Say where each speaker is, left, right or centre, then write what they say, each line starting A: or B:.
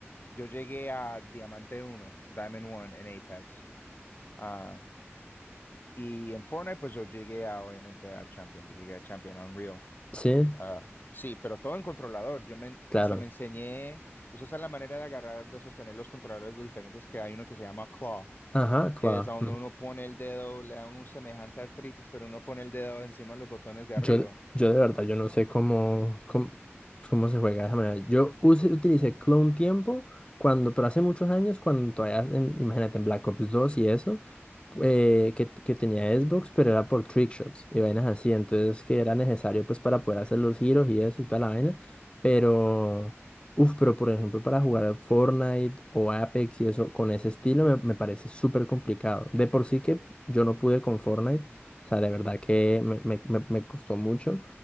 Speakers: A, on the left; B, on the left.
A: yo llegué a Diamante uno, Diamond 1 en Apex. Ah, y en Fortnite, pues yo llegué a, obviamente, a Champion. Yo llegué a Champion Unreal.
B: Sí,
A: Ah, sí, pero todo en controlador. Yo me,
B: claro.
A: hasta me enseñé, pues esa es la manera de agarrar, de sostener los controladores diferentes que hay uno que se llama claw,
B: Ajá, claro.
A: que es a donde uno pone el dedo, le da un semejante artritis, pero uno pone el dedo encima de los botones de arriba.
B: Yo, yo de verdad, yo no sé cómo, cómo, cómo se juega de esa manera. Yo use- utilicé Clone Tiempo cuando, pero hace muchos años, cuando todavía, en- imagínate, en Black Ops 2 y eso, eh, que, que tenía Xbox, pero era por trickshots y vainas así, entonces que era necesario pues para poder hacer los giros y eso y toda la vaina, pero, uff, pero por ejemplo para jugar a Fortnite o Apex y eso, con ese estilo me, me parece súper complicado. De por sí que yo no pude con Fortnite o sea, de verdad que me, me- me- me costó mucho.